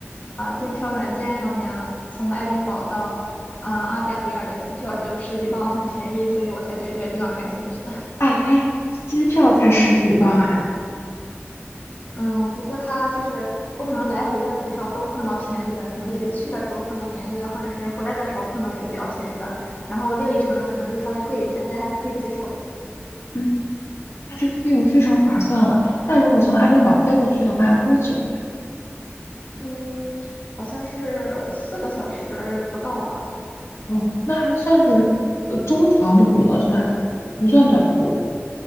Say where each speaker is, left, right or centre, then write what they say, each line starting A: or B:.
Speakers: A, on the left (about 40°); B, on the left (about 75°).
A: 啊、订票软件上面啊，从爱丁堡到，嗯、呃阿加迪尔的机票就十几磅，很便宜，所以我才对这个地方感兴趣。
B: 啊，机票才十几磅呀，
A: 嗯，不过他就是不可能来回的机票都碰到便宜的，
B: 嗯，
A: 可能也就去的时候碰到便宜的，或者是回来的时候碰到一个比较便宜的，然后另一程的可能就稍微贵一点，但还可以接受的。
B: 嗯那这个费用非常划算了。那如果从爱丁堡飞过去的话，要多久呀？
A: 嗯，好像是四个小时不到吧。
B: 哦，那还算是呃中长途了，算是不算短途。